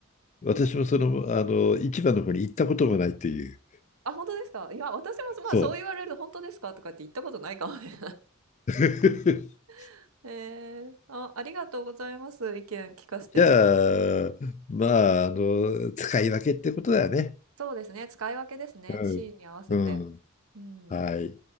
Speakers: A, on the left (about 35°); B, on the right (about 85°).
A: 私もその、あの、市場の方に行ったこともないっていう。
B: あ、本当ですかいや、私も、まあ、
A: そ
B: そう言われると、本当ですかとかって言ったことないかもね。
A: う。<laughs>
B: <laughs> えー、あ、ありがとうございます。意見聞かせていただいて。
A: じゃあ、まあ、あの、使い分けってことだよね。
B: そうですね。使い分けですね。
A: うん。
B: シーンに合わせて。
A: うん
B: うん。
A: はい。